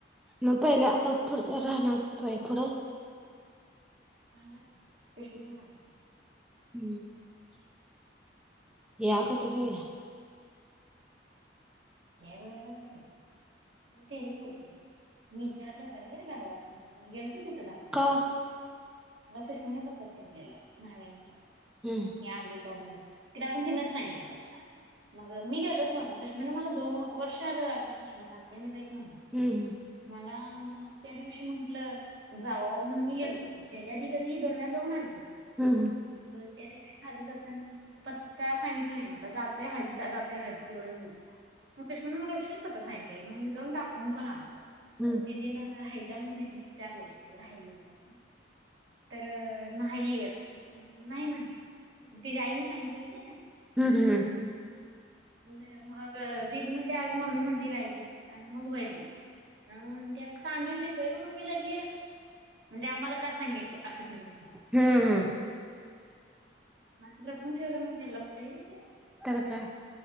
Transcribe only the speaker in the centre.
म पाहिले आता पुढच्या राहणार व्हय पुढं
हम्म
<unintelligible>
का
हम्म
हम्म
हंह
हम्म
हम हम
हं हं
त्याल काय